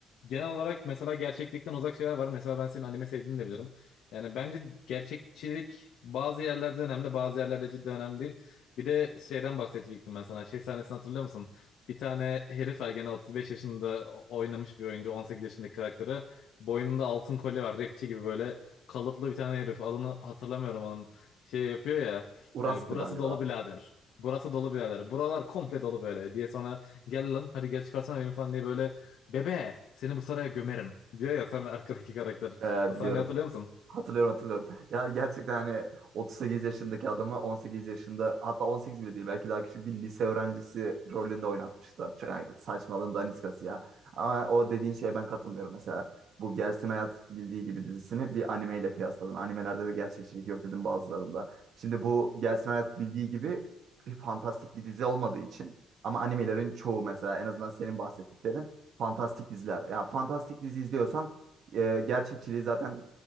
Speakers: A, on the left (about 70°); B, on the right (about 55°).
A: genel olarak mesela gerçeklikten uzak şeyler var. Mesela ben senin anime sevdiğini de bilirim. Yani bence gerçekçilik bazı yerlerde önemli, bazı yerlerde cidden önemli değil. Bir de şeyden bahsedecektim ben sana. Şey sahnesini hatırlıyor musun? Bir tane herif var gene 35 yaşında o- oynamış bir oyuncu. 18 yaşındaki karakteri. Boynunda altın kolye var. Rapçi gibi böyle kalıplı bir tane herif. Adını hatırlamıyorum onun. Şey yapıyor ya.
B: Uras'tı
A: e, burası
B: galiba.
A: dolu birader. Burası dolu birader. Buralar komple dolu böyle diye sonra gel lan hadi gel çıkarsana beni falan diye böyle bebe seni bu saraya gömerim diyor ya sonra arkadaki karakter.
B: Ee,
A: O
B: biliyorum.
A: sahneyi hatırlıyor musun?
B: Hatırlıyorum hatırlıyorum. Ya gerçekten hani 38 yaşındaki adamı 18 yaşında hatta 18 bile değil belki daha küçük bir lise öğrencisi rolünde oynatmışlar. Çok- Yani saçmalığın daniskası ya. Ama o dediğin şeye ben katılmıyorum. Mesela bu Gelsin Hayat Bildiği Gibi dizisini bir animeyle kıyasladım. Animelerde de gerçekçilik yok dedim bazılarında. Şimdi bu Gelsin Hayat Bildiği Gibi bir fantastik bir dizi olmadığı için ama animelerin çoğu mesela en azından senin bahsettiklerin fantastik diziler. Ya fantastik dizi izliyorsan e, gerçekçiliği zaten